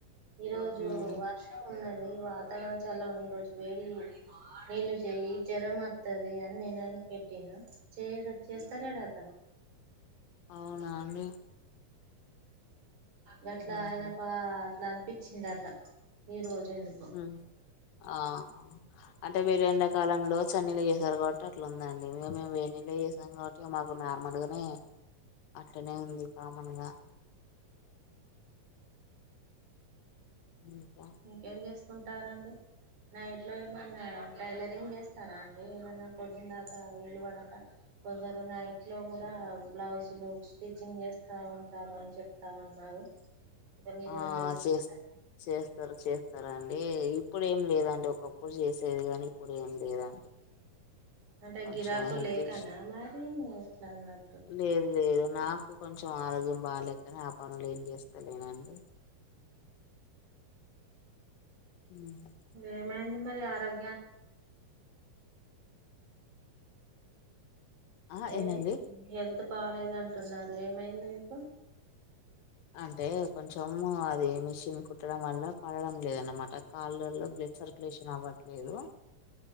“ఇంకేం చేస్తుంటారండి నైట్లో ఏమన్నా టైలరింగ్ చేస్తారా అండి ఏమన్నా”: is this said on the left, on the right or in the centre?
Right